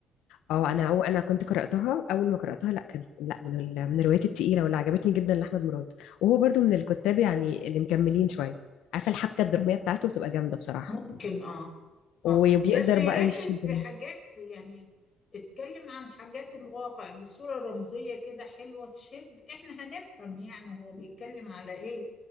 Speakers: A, on the left; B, on the left.
A: اه انا أو انا كنت قراتها اول ما قراتها لا كان لا من ال... من الروايات التقيله واللي عجبتني جدا لاحمد مراد وهو برضو من الكتاب يعني اللي مكملين شويه عارفه الحبكه الدراميه بتاعته بتبقى جامده بصراحه
B: ممكن اه
A: وبيقدر
B: اه بس يركز
A: بقى يشدني
B: في حاجات يعني اتكلم عن حاجات الواقع بصورة رمزية كده حلوة تشد احنا هنفهم يعني هو بيتكلم على ايه